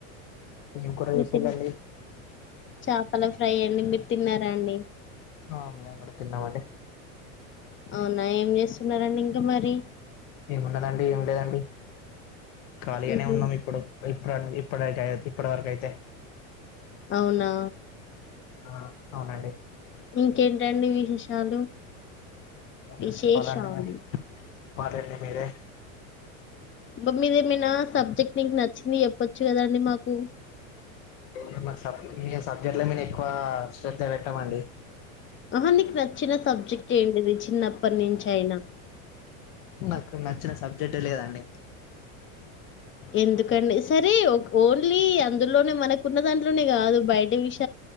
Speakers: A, on the left; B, on the left.
A: ఏం కూర
B: మీర్
A: చేసిళ్ళండి
B: తిన్ చపల ఫ్రై అండి మీరు తిన్నారా అండి
A: ఆ మీంగూడ తిన్నామండి
B: అవునా ఏం చేస్తున్నారండి ఇంకా మరి
A: ఉంన్నదండి ఏం లేదండి ఖాళీగనే
B: ఉహు
A: ఉన్నాం ఇప్పుడు ఇప్పుడండి ఇప్పుడే టై ఇప్పడివరకైతే
B: అవునా
A: ఆ అవునండి
B: ఇంకేంటండి విశేషాలు
A: ఓ
B: విశేషాలు
A: చెప్పాలండి మరి చెప్పాలే మీరే
B: బా మీరేమైనా సబ్జెక్ట్ నికు నచ్చింది చెప్పొచ్చు కదండి మాకు
A: <unintelligible> మీ సబ్జెక్టల మీనా ఎక్కువ శ్రధ పెట్టామండి
B: ఆహా నీకు నచ్చిన సబ్జెక్ట్ ఏంటిది చిన్నప్పటి నుంచి అయినా
A: నాకు నచ్చిన సబ్జెక్ట్ఎ లేదండి
B: ఎందుకండి సరే ఓన్లీ అందులోనే మనకున్న దాంట్లోనే కాదు బయట విష్